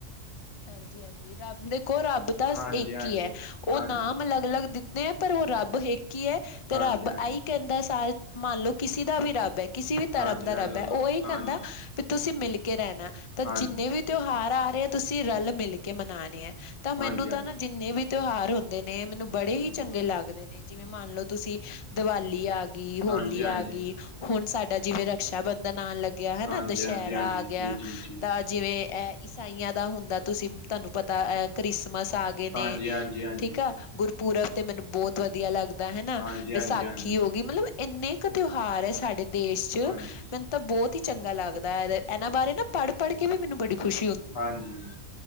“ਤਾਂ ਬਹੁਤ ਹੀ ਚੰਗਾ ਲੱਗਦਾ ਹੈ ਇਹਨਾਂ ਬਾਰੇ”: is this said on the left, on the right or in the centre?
Left